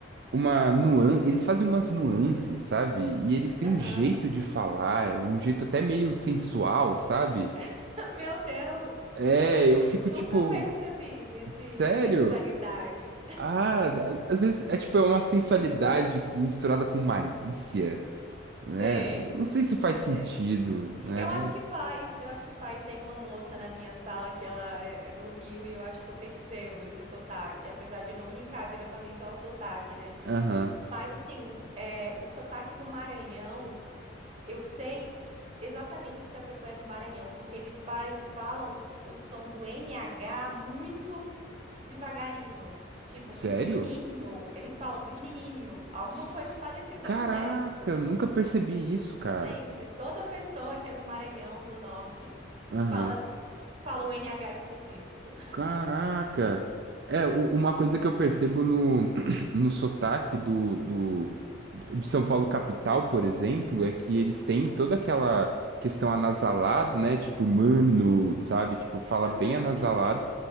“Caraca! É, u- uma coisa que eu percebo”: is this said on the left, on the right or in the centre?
Right